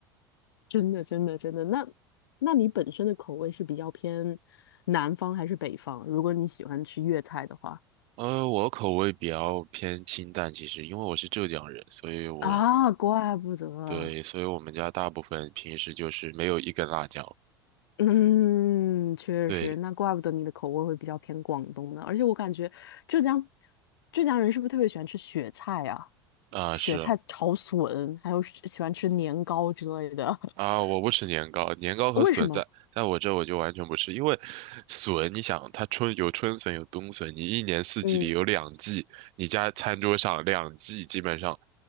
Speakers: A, on the left; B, on the right.
A: 真的真的真的，那那你本身的口味是比较偏南方还是北方？如果你喜欢吃粤菜的话，
B: 呃，我口味比较偏清淡，其实因为我是浙江人，所以我
A: 啊，怪不得。
B: 对，所以我们家大部分平时就是没有一根辣椒。
A: 嗯，确实，
B: 对，
A: 那怪不得你的口味会比较偏广东呢。而且我感觉浙江浙江人是不是特别喜欢吃雪菜啊？
B: 啊、
A: 雪菜炒笋，
B: 是啊
A: 还有喜喜欢吃年糕之类的。<laughs>
B: 啊，我不吃年糕，年糕和笋在在我这我就完全不吃，
A: 为什么？
B: 因为笋，你想它春有春笋有冬笋，你一年四季里有两季，
A: 嗯，
B: 你家餐桌上两季基本上，